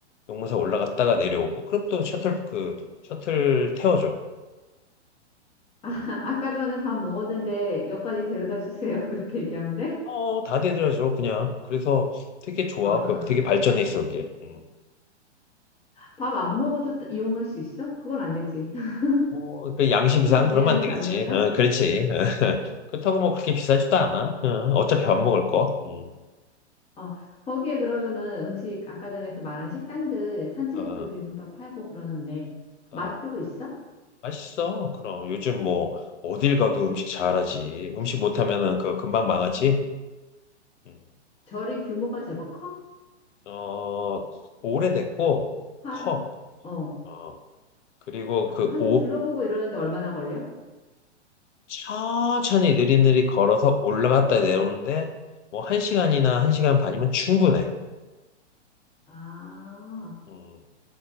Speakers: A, on the left; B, on the left.
A: 용문사 올라갔다가 내려오고 그럼 또 셔틀 그 셔틀 태워줘.
B: 아,
A: 음.
B: 아까 전에 밥 먹었는데 역까지 데려다 주세요. <laughs> 그렇게 얘기하면 돼?
A: 어, 다 대드려줘 그냥. 그래서 되게 좋아.
B: 아,
A: 그 되게 발전해 있어 그게. 음.
B: 밥 안 먹어도 따- 이용할 수 있어? 그건 안 되지. <laughs>
A: 뭐, 그 양심상
B: 좀
A: 그러면
B: 미안해서
A: 안 되겠지.
B: 안 되나?
A: 어, 그렇지. 어, 그렇다고 뭐 그렇게 비싸지도 않아. 어, 어차피 밥 먹을 거. 음.
B: 어, 거기에 그러면은 음식 아까 전에 그 말한 식당들 산채집
A: 어,
B: 비빔밥 팔고 그러는데
A: 어,
B: 맛도 있어?
A: 맛있어. 그럼 요즘 뭐 어딜 가도 음식 잘하지. 음식 못하면은 그
B: 음,
A: 금방 망하지. 음.
B: 절이 규모가 제법 커?
A: 어, 오래됐고
B: 한,
A: 커.
B: 어,
A: 어, 그리고 그
B: 한
A: 오,
B: 둘러보고 이러는데 얼마나 걸려?
A: 천천히 느리느리 걸어서 올라갔다 내오는데 뭐 한 시간이나 한 시간 반이면 충분해.
B: 아,
A: 음,